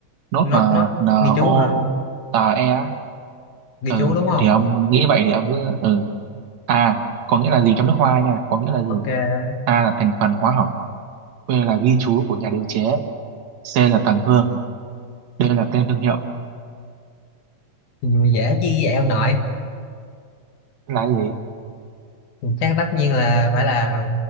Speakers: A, on the right; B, on the left.
A: nốt
B: nốt
A: mà
B: nốt
A: n
B: ghi chú
A: o
B: hả
A: tà e á.
B: ghi
A: ừ
B: chú đúng không
A: thì ông nghĩ vậy thì ông cứ ừ a có nghĩa là gì trong nước hoa nha có nghĩa là gì
B: ok
A: a là thành phần hóa học b là ghi chú của nhà điều chế c là tầng hương d là tên thương hiệu
B: Thì dễ chứ vậy ông nội
A: Thế là cái gì
B: chắc tất nhiên là phải là